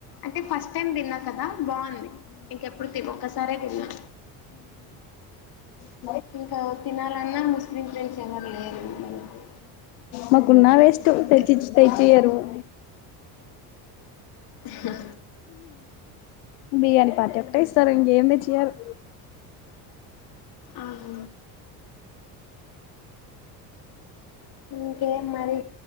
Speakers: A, on the left (about 55°); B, on the left (about 85°).
A: అంటే ఫస్ట్ టైమ్ తిన్నా కదా బాగుంది ఇంకెప్పుడు తి ఒకసారే తిన్నా
B: అ
A: ఇంకా తినాలన్నా ముస్లిం ఫ్రెండ్స్ ఎవరు లేరు మనకు
B: మాకున్నా వేస్ట్
A: అంతే
B: తెచ్చి తెచ్చియ్యరు <inaudible>
A: హహ
B: బిర్యానీ పార్టీ ఒకటే ఇస్తారు ఇంకేంది తెచ్చేయరు
A: ఆహ ఇంకే మరి